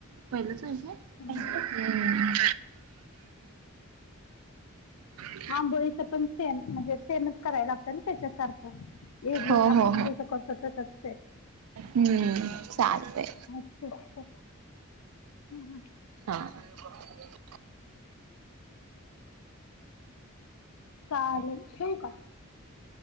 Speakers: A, on the right; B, on the left.
A: पाहिलंच आहे काये
B: हम्म.
A: हम्म. <unintelligible>
B: आंबोळीच पण सेम म्हणजे सेमच करायला लागत ना त्याच्यासारखं इडलीच
A: हो
B: आपण
A: हो
B: जसं करतो तसच सेम.
A: हम्म चालतय.
B: हम् हम्
A: हा <unintelligible>
B: चालेल, ठेऊ का?